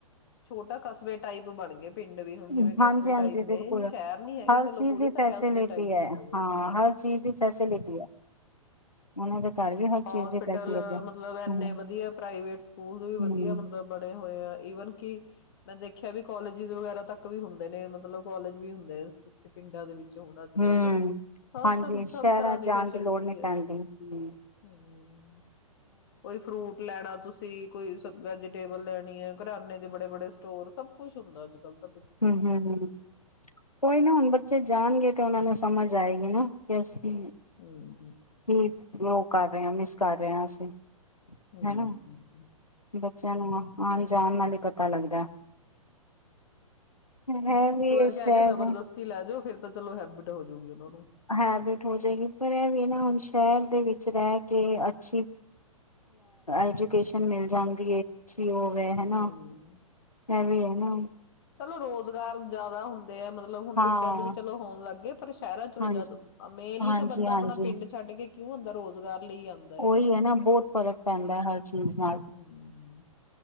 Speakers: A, on the left; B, on the left.
A: ਛੋਟਾ ਕਸਬੇ ਟਾਈਪ ਬਣ ਗਏ। ਪਿੰਡ ਵੀ ਹੁਣ
B: ਨੇ।
A: ਜਿਵੇਂ ਕਸਬੇ
B: ਹਾਂਜੀ ਹਾਂਜੀ
A: ਟਾਈਪ ਨੇ
B: ਬਿਲਕੁਲ
A: ਸ਼ਹਿਰ ਨੀ ਹੈਗੇ
B: ਹਰ
A: ਚਲੋ
B: ਚੀਜ਼
A: ਬੂਰੇ
B: ਦੀ
A: ਤਾਂ
B: ਫੈਸਿਲਿਟੀ
A: ਕਸਬੇ ਟਾਈਪ
B: ਹੈ
A: ਤਾਂ ਹੈਗੇ
B: ਹਾਂ
A: ਆ।
B: ਹਰ ਚੀਜ਼ ਦੀ ਫੈਸਿਲਿਟੀ ਉਹਨਾਂ ਘਰ ਵੀ ਹਰ
A: ਹੋਸਪਿਟਲ
B: ਚੀਜ਼ ਦੀ ਫੈਸਿਲਿਟੀ ਹੈ
A: ਮਤਲਬ ਇਨੇ
B: ਹੂੰ
A: ਵਧੀਆ ਪ੍ਰਾਈਵੇਟ ਸਕੂਲ ਦੇ ਵੀ ਵਧੀਆ
B: ਹੂੰ।
A: ਮਤਲਬ ਬਣੇ ਹੋਏ ਆ ਈਵਨ ਕਿ ਮੈਂ ਦੇਖਿਆ ਵੀ ਕਾਲਜ ਵਗੈਰਾ ਤੱਕ ਵੀ ਹੁੰਦੇ ਨੇ ਮਤਲਬ ਕਾਲਜ ਵੀ ਹੁੰਦੇ ਨੇ ਇੱਥੇ ਪਿੰਡਾਂ ਦੇ ਵਿੱਚ ਹੁਣ ਅੱਜ
B: ਹਮ
A: ਕੱਲ ਸਭ
B: ਹਾਂਜੀ
A: ਸਭ
B: ਸ਼ਹਿਰਾਂ
A: ਤਰ੍ਹਾਂ
B: ਚ' ਜਾਣ
A: ਫੈਸਿਲਿਟੀ
B: ਦੀ ਲੋੜ ਨਹੀਂ
A: ਹੈ
B: ਪੈਣਦੀ ਹਮ।
A: ਹਮ ਕੋਈ ਫਰੂਟ ਲੈਣਾ ਤੁਸੀਂ। ਤੁਸੀਂ ਕੋਈ ਸਬ ਵੈਜੀਟੇਬਲ ਲੈਣੀ ਹੈ। ਕਰਿਆਨੇ ਦੇ ਬੜੇ ਬੜੇ ਸਟੋਰ ਸਭ ਕੁਛ ਕੁਛ ਹੁੰਦਾ ਅੱਜ ਕੱਲ ਤਾ
B: ਹਮ, ਹਮ, ਹਮ ਕੋਈ ਨਾ ਹੁਣ ਬੱਚੇ ਜਾਣਗੇ ਤੇ ਉਹਨਾਂ ਨੂੰ! ਸਮਝ ਆਏਗੀ ਨਾ। ਹਮ
A: ਹਮ
B: ਠੀਕ ਲੋਕ। ਕਰ ਰਹੇ ਹਾਂ ਮਿਸ ਕਰ ਰਹੇ ਹਾਂ। ਅਸੀਂ
A: ਹਮ
B: ਹਨਾ
A: ਹਮ
B: ਬੱਚਿਆਂ ਨੂੰ ਆਣ- ਜਾਣ ਨਾਲ ਹੀ ਪਤਾ ਲੱਗਦਾ। ਹੈ
A: ਇੱਕ
B: ਵੀ
A: ਵਾਰ
B: ਇਸ
A: ਕਿਹਾ,
B: ਸ਼ਹਿਰ
A: ਕੇ ਜਬਰਦਸਤੀ ਲੈ ਜਾਓ! ਫਿਰ ਚਲੋ ਹੈਬਿਟ ਹੋਜੂਗੀ ਉਹਨਾਂ ਨੂੰ।
B: ਹੈਬਿਟ ਹੋ ਜਾਏਗੀ। ਪਰ ਇਹ ਵੀ ਨਾ ਹੁਣ ਸ਼ਹਿਰ ਦੇ ਵਿੱਚ ਰਹਿ ਕੇ ਅੱਛੀ ਐਜੂਕੇਸ਼ਨ ਮਿਲ ਜਾਂਦੀ ਹੈ ਅੱਛੀ ਉਹ, ਹੈ ਨਾ
A: ਹਮ
B: ਇਵੇਂ ਵੀ ਅਅ ਹਾਂ।
A: ਚਲੋ, ਰੁਜ਼ਗਾਰ ਜਿਆਦਾ ਹੁੰਦੇ ਹੈ। ਮਤਲਬ ਹੁਣ
B: ਹਾਂ
A: ਪਿੰਡਾਂ ਚ ਵੀ ਚਲੋ ਹੋਣ ਲੱਗ ਗਏ। ਪਰ ਸ਼ਹਿਰਾਂ ਚਲੋ
B: ਹਾਂਜੀ
A: ਮੇਨਲੀ
B: ਹਾਂਜੀ-ਹਾਂਜੀ
A: ਤਾਂ ਬੰਦਾ ਆਪਣਾ ਪਿੰਡ ਛੱਡ ਕੇ ਕਿਉਂ ਆਂਦਾ ਰੁਜ਼ਗਾਰ ਲਈ ਆਉਂਦਾ
B: ਉਹੀ
A: ਹਾਂ
B: ਹੈ ਨਾ ਬਹੁਤ ਫ਼ਰਕ ਪੈਂਦਾ ਹਰ ਚੀਜ਼ ਨਾਲ
A: ਹਮ